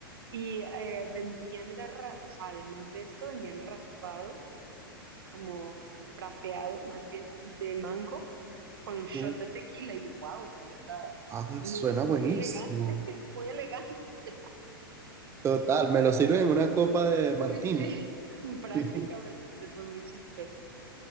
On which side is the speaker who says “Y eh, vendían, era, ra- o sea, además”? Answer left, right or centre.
Right